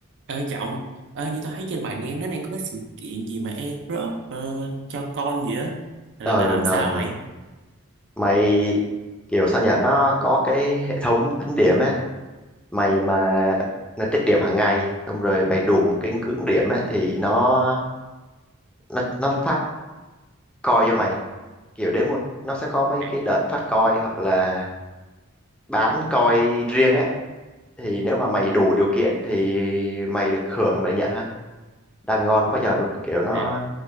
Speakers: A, on the right (about 55°); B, in the centre.
A: Ê Trọng, ê, như tôi thấy trên bài nén nó đang có cái sự kiện gì mà Europe ờ, cho con gì á là,
B: ờ
A: là làm
B: ờ
A: sao
B: ờ.
A: mày?
B: mày kiểu sao nhỉ nó có cái hệ thống tính điểm á mày mà nó tích điểm hàng ngày xong rồi mày đủ một cái ngưỡng điểm á thì nó nó nó phát coin cho mày kiểu đến một nó sẽ có mấy
A: À,
B: cái đợt phát coin hoặc là bán coin riêng á thì nếu mà mày đủ
A: ờ,
B: điều kiện thì mày được hưởng mày nhận thôi đang ngon quá trời luôn kiểu nó
A: à,